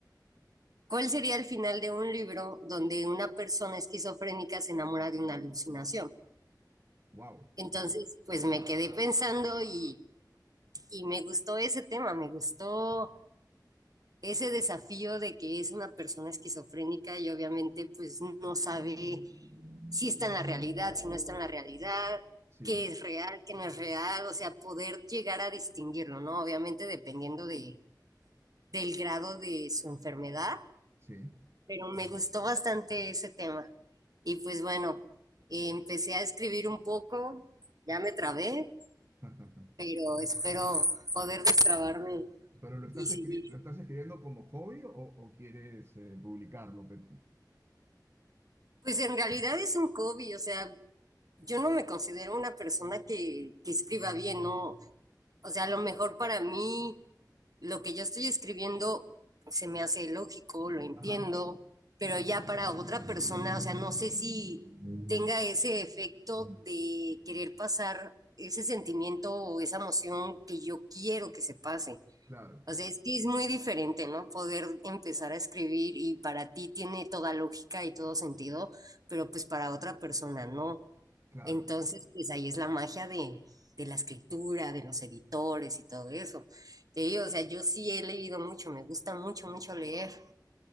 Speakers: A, on the right (about 55°); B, on the right (about 35°).
A: ¿Cuál sería el final de un libro donde una persona esquizofrénica se enamora de una alucinación?
B: Wow.
A: Entonces, pues me quedé pensando y, y me gustó ese tema, me gustó ese desafío de que es una persona esquizofrénica y obviamente pues no sabe si está en la realidad, si no está en la realidad,
B: Sí,
A: qué es real, qué no es real, o sea, poder llegar a distinguirlo, ¿no? Obviamente dependiendo de, del grado de su enfermedad
B: sí.
A: pero me gustó bastante ese tema. Y pues bueno, eh, empecé a escribir un poco, ya me trabé,
B: <laughs>
A: pero espero poder destrabarme
B: ¿Pero lo estás
A: y seguir.
B: escri- lo estás escribiendo como hobby o, o quieres eh, publicarlo? Pe-
A: Pues en realidad es un hobby, o sea, yo no me considero una persona que, que escriba bien, ¿no? O sea, a lo mejor para mí lo que yo estoy escribiendo se me hace lógico, lo entiendo,
B: Ajá.
A: pero ya para otra persona, o sea, no sé si tenga ese efecto de querer pasar ese sentimiento o esa emoción que yo quiero que se pase.
B: Claro,
A: O sea, es que es muy diferente, ¿no? Poder empezar a escribir y para ti tiene toda lógica y todo sentido, pero pues para otra persona no.
B: claro.
A: Entonces, pues ahí es la magia de, de la escritura, de los editores y todo eso. Te digo, o sea, yo sí he leído mucho, me gusta mucho, mucho leer,